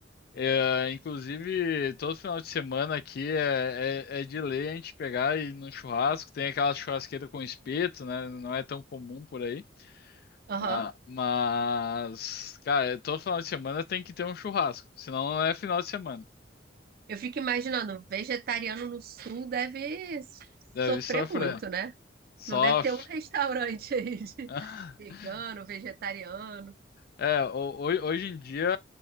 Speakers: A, on the left; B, on the right.
A: É, inclusive, todo final de semana aqui é, é, é de lei a gente pegar e ir num churrasco. Tem aquela churrasqueira com espeto, né? Não é tão comum por aí.
B: Aham.
A: Ma- Mas, cara, todo final de semana tem que ter um churrasco. Senão não é final de semana.
B: Eu fico imaginando, vegetariano no sul deve
A: Deve
B: sofrer
A: sofrer.
B: muito, né?
A: Sofre.
B: Não deve ter um restaurante aí de
A: <laughs>
B: vegano, vegetariano.
A: É, ho- ho- hoje em dia